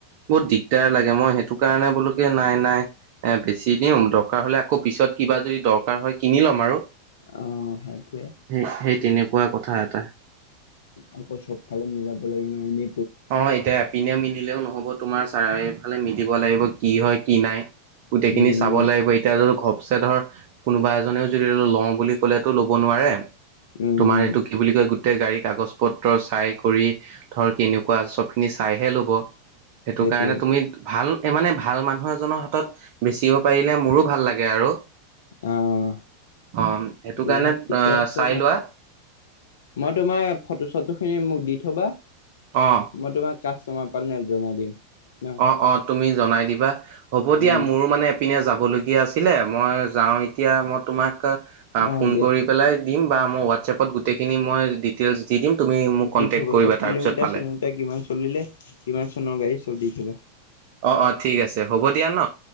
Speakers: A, on the right; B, on the left.
A: বহুত দিগদাৰ লাগে মই সেইটো কাৰণে বোলো কি নাই নাই এ বেছি দিওঁ দৰকাৰ হলে আকৌ পিছত কিবা যদি দৰকাৰ হয়, কিনি ল'ম আৰু
B: অ', সেইটোৱে।
A: সেই সেই তেনেকুৱা কথা। কথা এটা
B: আকৌ চবফালে মিলাবলে ননে
A: অ' এতিয়া এপিনে মিলিলেও নহ'ব তোমাৰ চাৰিওফালে মিলিব লাগিব কি হয় কি নাই। গোটেইখিনি
B: উম,
A: চাব লাগিব এতিয়া ধ ঘপ ধৰ কোনোবা এজনেও যদি লওঁ বুলি কলেওটো ল'ব নোৱাৰে।
B: উম,
A: তোমাৰ এইটো কি বুলি কয় গোটেই গাড়ী কাগজ পত্ৰ চাই কৰি ধৰক। কেনেকুৱা চবখিনি চাইহে ল'ব সেইটো
B: সেইটোৱে
A: কাৰণে তুমি ভাল মানে ভাল মানুহ এজনৰ হাতত বেচিব পাৰিলে মোৰো ভাল লাগে আৰু
B: আহ
A: অ সেইটো কাৰণে
B: এ ঠিকে
A: আহ
B: আছে
A: চাই লোৱা
B: মই তোমাৰ ফটো চটো খিনি মোক দি থবা
A: অ
B: মই তোমাক কাষ্টমাৰ পৰা জনাই দিম। ন
A: অ অ তুমি জনাই দিবা হ'ব দিয়া
B: উম,
A: মোৰো মানে পিনে যাবলগীয়া আছিলে মই যাওঁ এতিয়া মই তোমাক
B: অ',
A: ফোন
B: দিয়া
A: কৰি পেলাই দিম বা মই হোৱাটছএপত গোটেইখিনি মই ডিটেইলছ দি দিম। তুমি মোক কণ্টেক্ট
B: দি থবা
A: কৰিবা
B: চ'ব কিলোমিটাৰ
A: তাৰপিছত পালে
B: চিলোমিটাৰ কিমান চলিলে কিমান চনৰ গাড়ী চ'ব দি থবা।
A: অ' অ' ঠিক আছে হ'ব দিয়া ন